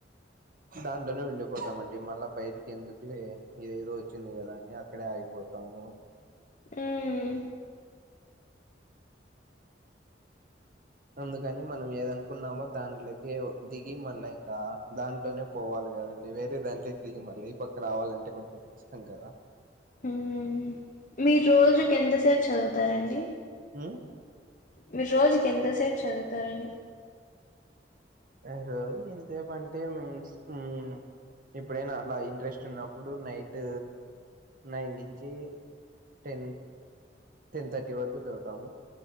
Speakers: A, on the right; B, on the left.
A: దాంట్లోనే ఉండిపోతామండి మళ్ళా బయటికి ఎందుకులే ఇదేదో వచ్చింది కదా అని అక్కడే ఆగిపోతా ము
B: హ్
A: అందుకని మనం ఏదనుకున్నామో దాంట్లోకే దిగి మళ్ళ ఇంకా దాంట్లోనే పోవాలి కదా. కదండి వేరే దాంట్లోకి దిగి మళ్ళా ఈ పక్క రావాలంటే కొంచెం కష్టం కదా.
B: హుహ్ మీరు రోజుకి ఎంతసేపు చదువుతారండి.
A: ఉమ్
B: మీరు రోజుకి ఎంతసేపు చదువుతా రండి.
A: ఆ రోజుకి ఇంత సేపు అంటే మీన్స్ హ్ ఎప్పుడైనా అట్లా ఇంట్రెస్ట్ ఉన్నప్పుడు నైట్ నైన్ నుంచి టెన్ టెన్ థర్టీ వరకు చదువుతాము.